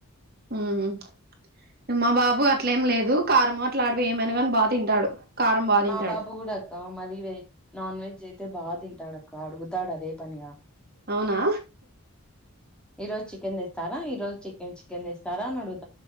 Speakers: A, on the right (about 45°); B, in the centre.
A: మ్మ్ మా బాబు అట్లేం లేదు కారుము అట్లాటివి ఏమైనా గాని బా తింటాడు కారం బా
B: మా
A: తింటాడు
B: బాబు కూడా అక్క మరీ నాన్ వెజ్ అయితే బాగా తింటాడు అక్క అడుగుతాడు అదే పనిగా
A: అవునా
B: ఈరోజు చికెన్ తెస్తారా ఈరోజు చికెన్ చికెన్ తెస్తారా అని అడుగు